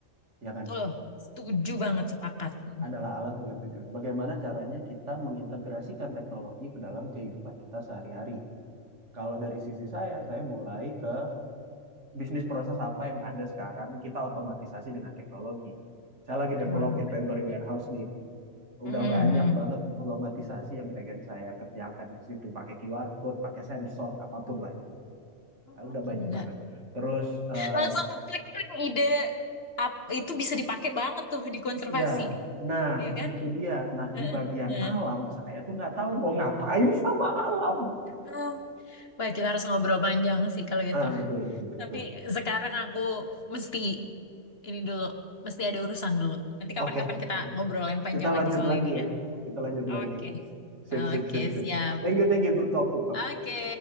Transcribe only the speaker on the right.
ya
kan?
Adalah alat, bukan tujuan. Bagaimana caranya kita mengintegrasikan teknologi ke dalam kehidupan kita sehari-hari? Kalau dari sisi saya, saya mulai ke bisnis proses apa yang ada sekarang, kita otomatisasi dengan teknologi. Saya lagi develop
inventory warehouse nih. udah
banyak
banget otomatisasi yang pengen saya kerjakan di situ pakai QR code, pakai sensor apapun lah itu.
Nah, udah banyak
banget. Terus eh,
ya, nah
itu dia. Nah
di bagian
alam saya tuh nggak tahu mau ngapain sama alam.
Ah betul betul betul.
Oke
oke.
Kita lanjut
lagi
ya.
Kita lanjut lagi.
Sip sip
sip sip.
Thank you thank you. Good talk good talk.